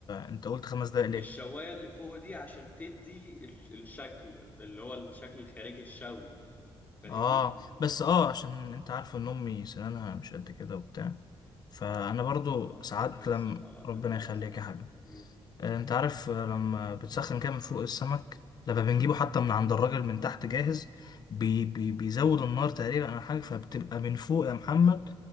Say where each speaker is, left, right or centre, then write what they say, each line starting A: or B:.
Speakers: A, on the left; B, on the left.
A: انت قلت خمس دقايق ليه
B: الشوايه اللي فوق دي عشان تدي ال- الشكل اللي هو الشكل الخارجي الشوي فاهمني
A: اه بس اه عشان انت عارف ان امي سنانها مش قد كده وبتاع فانا برضو
B: اه ربنا
A: ساعات
B: يديها
A: لما
B: الصحه والعافيه
A: ربنا
B: والله
A: يخليك
B: العظيم يعني
A: يا حبيبي
B: امم
A: آه، انت عارف آه، لما بتسخن كده من فوق السمك لما بنجيبه حتى من عند الراجل من تحت جاهز بي بي بيزود
B: اه
A: النار تقريبا او حاجه فبتبقى من فوق يا محمد